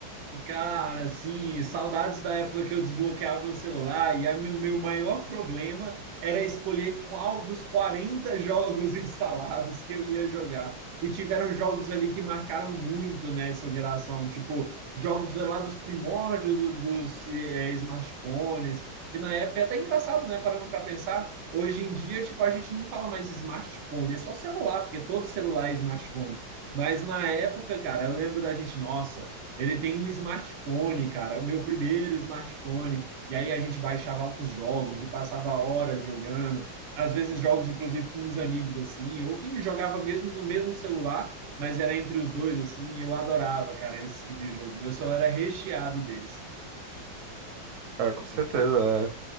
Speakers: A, on the right; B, on the right.
A: Cara, assim, saudades da época que eu desbloqueava meu celular e a mi- o meu maior problema era escolher qual dos 40 jogos <laughs> instalados que eu ia jogar. E tiveram jogos ali que marcaram muito nessa geração, tipo jogos lá dos primórdios dos, dos, eh, smartphones, que na época é até engraçado, né? Parando para pensar, hoje em dia, tipo, a gente não fala mais smartphone, é só celular, porque todo celular é smartphone. Mas na época, cara, eu lembro da gente, nossa. Ele tem um smartphone, cara, o meu primeiro smartphone. E aí a gente baixava altos jogos e passava horas jogando. Às vezes jogos, inclusive, com uns amigos assim, ou que jogava mesmo no mesmo celular, mas era entre os dois assim. E eu adorava, cara, esse tipo de jogo. Meu celular era recheado deles.
B: Ah, com certeza. é.